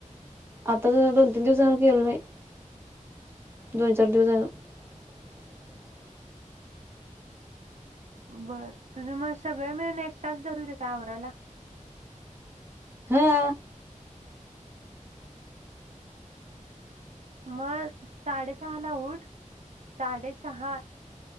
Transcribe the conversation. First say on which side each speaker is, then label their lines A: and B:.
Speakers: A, on the right; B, on the right.
A: आताच दोन तीन दिवस झालं केलं नाही, दोन चार दिवस झालं <unintelligible>
B: बरं तुझं मग सगळे मिळून एक तास धरूते काम आवरायला?
A: हा.
B: मग साडेसहा ला उठ. साडेसहा